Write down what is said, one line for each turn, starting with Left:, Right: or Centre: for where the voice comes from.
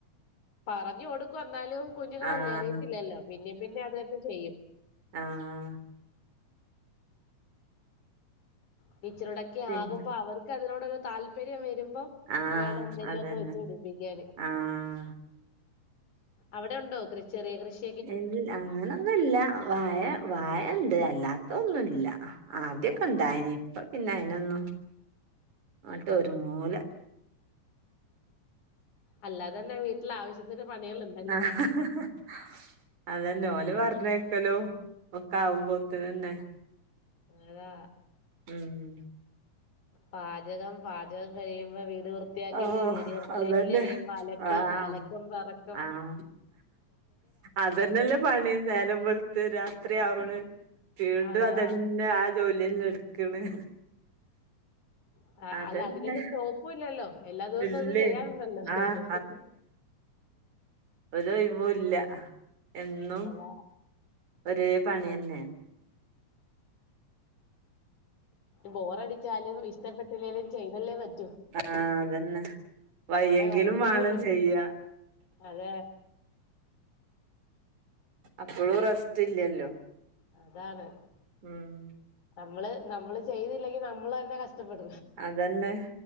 Left: പറഞ്ഞു കൊടുക്കു അന്നാലും കുഞ്ഞുങ്ങളല്ലേ
Right: ആഹ്.
Left: അറിയത്തില്ലല്ലോ പിന്നേും പിന്നെ അത് തന്നെ ചെയ്യും.
Right: ആ.
Left: ടീച്ചറോടൊക്കെ
Right: പിന്നെ
Left: ആകുമ്പോ അവർക്ക് അതിനോടൊരു താല്പര്യം വെരുമ്പം
Right: ആഹ്.
Left: വേണം ന്തെലു
Right: അതന്നെ.
Left: ഒക്കെ വെച്ചു പിടിപ്പിക്കാന്.
Right: ആഹ്.
Left: അവിടെ ഉണ്ടോ കൃ ചെറിയ കൃഷി?
Right: എത് അങ്ങനൊന്നുല്ല വാഴ വാഴ ണ്ട് അ ല്ലാത്ത ഒന്നുല്ല. ആദ്യാ
Left: ആഹ്
Right: ക്കെ ണ്ടായിനി ഇപ്പ പിന്നെ അയിനൊന്നു ആട്ട് ഒരുങ്ങൂല.
Left: അല്ലാതെന്നെ വീട്ടിൽ ആവശ്യത്തിന് പണികൾഉണ്ട്
Right: ആ ഹ് ഹ് ഹ് ഹ് അതെന്നെ ഓല് പറഞ്ഞേക്കലൂ ഒക്കാവുമ്പോത്ത്നെ ന്നെ
Left: <inaudible>
Right: ഉം..
Left: പാചകം പാചകം കഴിയുമ്പോ വീട് വൃ ർ ത്തിക്കല്
Right: ആഹ്.
Left: വീട് വൃത്തിയാക്കല്,
Right: അതന്നെ.
Left: <unintelligible> അലക്ക്
Right: ആഹ്.
Left: അലക്കം വറക്കം
Right: ആഹ്. അതന്നെല്ലേ പണി നേരമ്പെൾത്ത് രാത്രി ആവ്ണ്. വീണ്ടും
Left: അതാ
Right: അതെന്നെ ആ ജോലിന്നെ എട്ക്ണ്.
Left: <inaudible> ആ
Right: അതന്നെ
Left: അല്ല അതിനൊരു സ്റ്റോപ്പു ഇല്ലല്ലോ. എല്ലാ ദിവസവും
Right: ഇല്ലേ
Left: ത് ചെയ്യാറുണ്ടല്ലോ ഹ്
Right: ആഹ്
Left: ഹ് ഹ്.
Right: ഒരു ഒയ് വുല്ല എന്നും
Left: അതാ
Right: ഒരേ പണി ന്നെണ്.
Left: ബോറടിച്ചാലും ഇഷ്ടപ്പെട്ടില്ലെലും ചെയ്തല്ലേ പറ്റു.
Right: ആ അതെന്നെ വയ്യെങ്കിലും
Left: ഓപ്ഷനും
Right: മാണം
Left: ഇല്ലല്ലോ.
Right: ചെയ്യ.
Left: അതെ.
Right: അപ്പളു റസ്റ്റ് ഇല്ലല്ലോ.
Left: അതാണ്.
Right: ഉം
Left: നമ്മള് നമ്മള് ചെയ്തില്ലെങ്കി നമ്മള് തന്നെ കഷ്ടപ്പെട
Right: അതെന്നെ